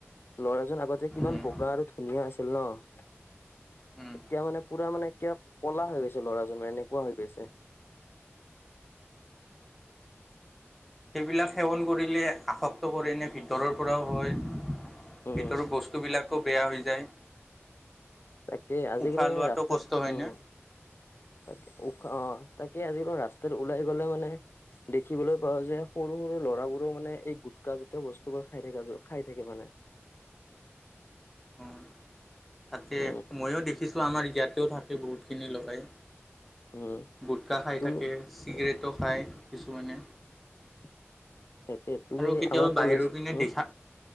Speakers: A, on the left; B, in the centre.
A: ল'ৰা আগতে
B: উম,
A: কিমান বগা আৰু ধুনীয়া আছিল ন
B: উম।
A: এতিয়া মানে পুৰা মানে এ কলা হৈ গৈছে ল'ৰাজনৰ এনেকুৱা হৈ গৈছে
B: সেইবিলাক সেৱন কৰিলে আসক্ত কৰে ন ভিতৰৰ পৰাও হয়
A: উম
B: ভিতৰ বস্তুবিলাকো বেয়া হৈ যায়।
A: তাকে আজিকালি
B: উশাহ
A: মানে
B: লোৱাটো
A: ৰাস্তাত
B: কষ্ট হয়নে?
A: উম তাকে উশ অ তাকে আজিক ৰাস্তাত ওলাই গ'লে মানে দেখিবলৈ পাওঁ যে সৰু সৰু ল'ৰাবোৰো মানে এই গুটখা জাতীয় বস্তু বোৰ খাই থাক খাই থাক <unintelligible> থে মানে <unintelligible>
B: অঁ অঁ তাকে
A: উম
B: ময়ো দেখিছোঁ আমাৰ ইয়াতেও থাকে বহুতখিনি ল'ৰাই
A: উম
B: গুটকাা খাই
A: তুমি
B: থাকে চিগৰেটো
A: উম
B: খায় কিছুমানে
A: <inaudible> তাকে তুমি
B: আৰু কেতিয়াবা
A: আমাৰ
B: বাহিৰৰ
A: কলেজ
B: পিনে
A: উম
B: দেখা